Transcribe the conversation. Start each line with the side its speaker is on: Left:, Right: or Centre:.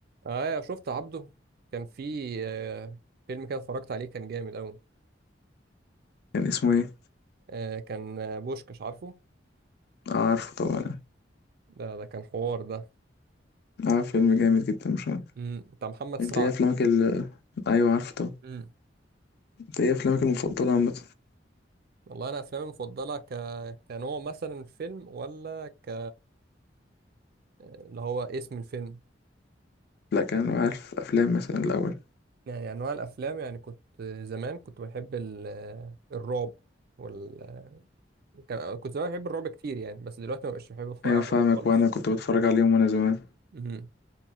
Right: اه شفت عبده كان في آه، فيلم كده اتفرجت عليه كان جامد قوي
Left: كان اسمه ايه
Right: آه كان آه، بوشكش عارفه
Left: آه عارفه طبعا
Right: ده ده كان حوار ده
Left: عارف فيلم جامد جدا مش عارف
Right: امم بتاع محمد
Left: انت
Right: سعد
Left: ايه افلامك ال ايوه عارفه طبعا
Right: امم
Left: انت ايه افلامك المفضله عامه
Right: والله انا افلامي المفضله ك... كنوع مثلا الفيلم ولا ك اللي هو اسم الفيلم
Left: لا كان عارف افلام مثلا الاول
Right: يعني انواع الافلام يعني كنت زمان كنت بحب ال... آه، الرعب وال... كان- كنت زمان بحب الرعب كتير يعني بس دلوقتي ما بقتش بحب اتفرج
Left: ايوه
Right: على الرعب
Left: فاهمك
Right: خالص
Left: وانا كنت بتفرج عليهم وانا زمان
Right: امم